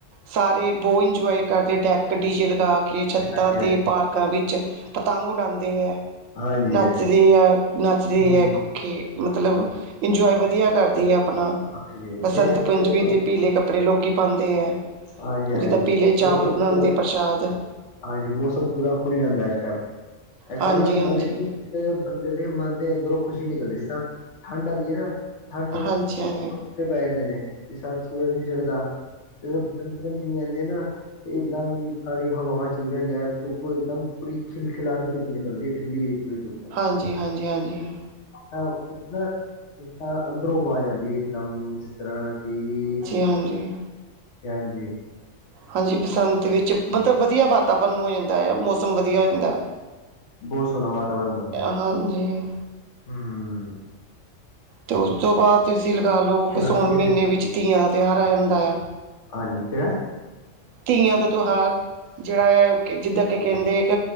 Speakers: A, on the right; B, on the left.
A: ਸਾਰੇ ਬੋ ਇੰਜਵਾਏ ਕਰਦੇ ਡੈਕ, ਡੀਜੇ ਲਗਾ ਕੇ ਛੱਤਾਂ
B: ਹਾਂਜੀ
A: ਤੇ, ਪਾਰਕਾਂ ਵਿੱਚ ਪਤੰਗ ਉਡਾੰਦੇ ਐ।
B: ਹਾਂਜੀ
A: ਨੱਚਦੇ
B: ਹਾਂਜੀ
A: ਐ, ਨੱਚਦੇ
B: ਹਮ,
A: ਐ ਕੇ ਮਤਲਬ ਇੰਜਵਾਏ ਵਧੀਆ ਕਰਦੀ ਐ ਆਪਣਾ,
B: ਹਾਂਜੀ ਨਹੀਂ
A: ਬਸੰਤ
B: ਅੱਜ
A: ਪੰਚਮੀ
B: ਮੌਸਮ
A: ਤੇ ਪੀਲੇ ਕੱਪੜੇ ਲੋਕੀ ਪਾੰਦੇ ਐ,
B: ਹਾਂਜੀ ਹਾਂਜੀ
A: ਜਿੱਦਾਂ ਪੀਲੇ ਚਾਵਲ
B: ਮੌਸਮ
A: ਬਣਾੰਦੇ
B: ਪੂਰਾ
A: ਪ੍ਰਸ਼ਾਦ
B: ਹਾਂਜੀ, ਮੌਸਮ ਪੂਰਾ ਖੁੱਲ ਜਾਂਦਾ ਇਸ ਟਾਈਮ, ਇਸ
A: ਹਾਂਜੀ
B: ਟੈਮ ਨਾ ਮਤਲਬ
A: ਹਾਂਜੀ
B: ਕਿ ਔ ਬੰਦੇ ਦੇ ਮਨ ਦੇ ਅੰਦਰੋਂ ਖੁਸ਼ੀ ਨਿਕਲਦੀ ਜਿਸ ਤਰਾ ਠੰਡ ਆੰਦੀ ਏ ਨਾ ਠੰਡ
A: ਹਾਂਜੀ ਹਾਂਜੀ
B: <inaudible> ਤੇ ਬੈ ਜਾਂਦੇ ਨੇ ਜਿਸ ਤਰਾੰ ਸੂਰਜ ਨਹੀਂ ਚੜਦਾ ਜਦੋਂ ਬਸੰਤ ਪੰੰਚਮੀ ਆੰਦੇ ਏ ਨਾ ਤੇ ਇਕਦਮ ਸਾਰੇ ਹਵਾਵਾਂ ਚੱਲਦੀਯ ਜਾ ਧੁੱਪ ਇੱਕਦਮ ਪੂਰੀ ਖਿਲ ਖਿਲਾ ਕੇ ਧੁੱਪ ਨਿਕਲਦੀ ਐ ਖਿਲੀ ਹੋਈ ਪੂਰੀ ਧੁੱਪ।
A: ਹਾਂਜੀ, ਹਾਂਜੀ, ਹਾਂਜੀ।
B: ਔ ਇਕ ਨਾ ਜਿਸ ਤਰਾਂ ਅੰਦਰੋਂ ਅਵਾਜ ਆੰਦੀ ਐ ਇਕਦਮ ਜਿਸ ਇਸ ਤਰ੍ਹਾਂ ਕਿ,
A: ਹਾਂਜੀ ਹਾਂਜੀ
B: ਹਾਂਜੀ, ਹਾੰਜੀ।
A: ਹਾਂਜੀ, ਬਸੰਤ ਵਿੱਚ ਮਤਲਬ ਵਧੀਆ ਵਾਤਾਵਰਨ ਹੋ ਜਾਂਦਾ ਯਾ ਮੌਸਮ ਵਧੀਆ ਹੋ ਜਾਂ ਦੈ।
B: ਬੋ ਸੋਨਾ ਵਾਤਾਵਰਨ ਬਣਦੈ,
A: ਹਾਂਜੀ
B: ਹੂੰ।
A: ਤੇ ਔਸ ਤੋਂ ਬਾਅਦ ਤੁਸੀਂ ਲਗਾ ਲੋ
B: ਥੋੜਾ
A: ਕਸੌਣ
B: ਫਿਰ
A: ਮਹੀਨੇ ਵਿੱਚ ਤੀਆਂ ਦਾ ਤਿਉਹਾਰ ਆ ਜਾੰਦਾ ਆ।
B: ਹਾਂਜੀ, ਕੇਹੜਾ?
A: ਤੀਆਂ ਦਾ ਤਿਉਹਾਰ। ਜਿਹੜਾ ਐ ਕਿ ਜਿੱਦਾਂ ਕਿ ਕਹਿੰਦੇ ਇੱਕ